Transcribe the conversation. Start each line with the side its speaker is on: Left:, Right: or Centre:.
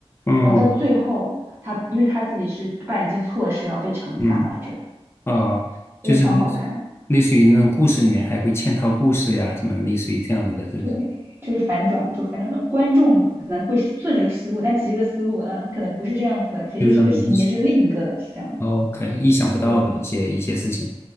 Left: 嗯
Right: 然后到最后他因为他自己是办了一件错事，然后被惩罚了，
Left: 嗯。
Right: 这样
Left: 哦，
Right: 非常好看。
Left: 就是类似类似于那种故事里面还会嵌套故事呀，什么类似于这样子的，是不是？
Right: 对，就是反转，就反转到观众可能会顺着这个思路，但其实这个思路嗯可能不是这样子的，其实这个情节是另一个的，
Left: 就是让你意想
Right: 是这样子。
Left: OK 意想不到的一些一些事情。
Right: 对，